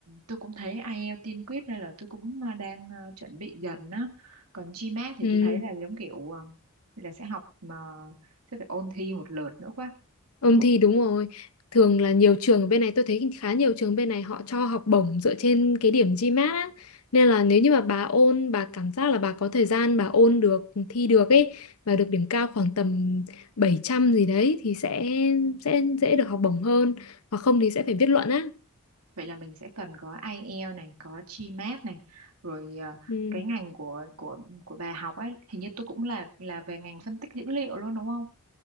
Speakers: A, on the right; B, on the left.
A: tôi cũng thấy IELTS tiên quyết nên là tôi cũng à, đang à, chuẩn bị dần á còn GMAT thì
B: ừ,
A: tôi thấy là giống kiểu à, là sẽ học mà sẽ phải ôn thi một lượt nữa quá
B: Ôn
A: đúng
B: thi
A: không
B: đúng rồi. Thường là nhiều trường ở bên này tôi thấy khá nhiều trường bên này họ cho học bổng dựa trên cái điểm GMAT á. Nên là nếu như mà bà ôn, bà cảm giác là bà có thời gian bà ôn được, thi được ấy và được điểm cao khoảng tầm 700 gì đấy thì sẽ sẽ dễ được học bổng hơn. Hoặc không thì sẽ phải viết luận á.
A: vậy là mình sẽ cần có IELTS này có GMAT này rồi à,
B: Ừ.
A: cái ngành của của của bà học ấy hình như tôi cũng là là về ngành phân tích dữ liệu luôn đúng không